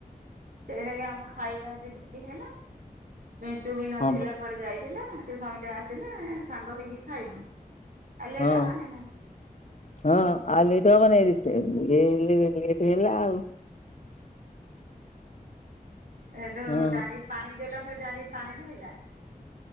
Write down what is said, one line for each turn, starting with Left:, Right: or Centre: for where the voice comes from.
Right: ସେଇନାକି ଆମ ଖାଇବା ଆଜି ଡେରି ହେଲା। ପଣ୍ଟୁ ବି ନଥିଲେ
Left: ହଁ
Right: କୁଆଡେ ଯାଇଥିଲା। ସେଠୁ ସମସ୍ତେ ଆସିଲେ ସାଙ୍ଗ ହେଇକି ଖାଇନୁ। ଆଉ ଲେଟ୍
Left: ହଁ।
Right: ହବନି ନା
Left: ହଁ ଆଉ ଲେଟ୍ ହେବନି ସେ ଏଇ ହେଲେ ଲେଟ ହେଲା ଆଉ।
Right: ସେଠୁ
Left: ହଁ
Right: ଡାଙ୍ଗି ପାଣି ଦେଲା ଫେରେ ଡାଙ୍ଗି ପାଣି ଥୋଇଲା।